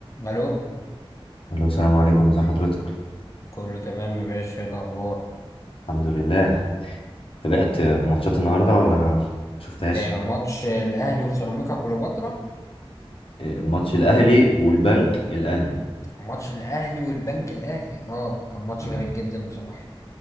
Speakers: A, on the left; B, on the left.
A: الو
B: الو السلام عليكم ازي حضرتك
A: كله تمام يا باشا إيه الاخبار
B: الحمد لله تابعت ماتشات النهارده ولا شفتهاش
A: آه ماتش الاهلي وسيراميكا كليوباترا
B: إيه، ماتش الاهلي والبنك الاهلي
A: ماتش الاهلي والبنك الاهلي اه كان ماتش
B: آه.
A: جميل جدا بصراحه